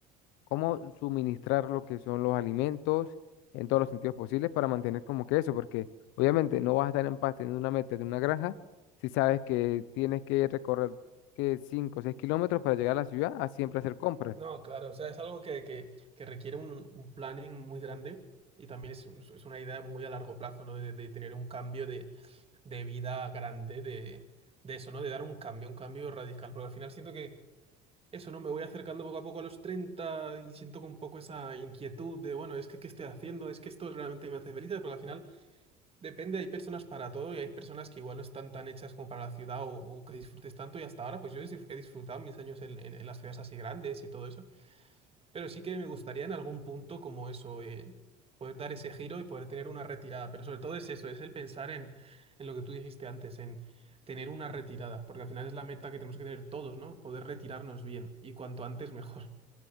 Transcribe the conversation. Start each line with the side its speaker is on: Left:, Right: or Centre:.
Left: cómo suministrar lo que son los alimentos en todos los sentidos posibles para mantener como que eso, porque obviamente no vas a estar en paz teniendo una meta de una granja si sabes que tienes que recorrer que 5 o 6 kilómetros para llegar a la ciudad a siempre hacer compras.
Right: No, claro, o sea, es algo que, que, que requiere un, un planning muy grande y también es, un- es una idea muy a largo plazo, ¿no? De, de tener un cambio de, de vida grande, de, de eso, ¿no? De dar un cambio, un cambio radical, porque al final siento que eso, ¿no? Me voy acercando poco a poco a los 30 y siento un poco esa inquietud de, bueno, es que qué estoy haciendo, es que esto realmente me hace feliz, pero al final depende, hay personas para todo y hay personas que igual no están tan hechas como para la ciudad o, o que disfrutes tanto y hasta ahora, pues yo he disfrutado mis años en en- en las ciudades así grandes y todo eso. Pero sí que me gustaría en algún punto como eso, eh, poder dar ese giro y poder tener una retirada. Pero sobre todo es eso, es el pensar en, en lo que tú dijiste antes, en tener una retirada, porque al final es la meta que tenemos que tener todos, ¿no? Poder retirarnos bien y cuanto antes mejor.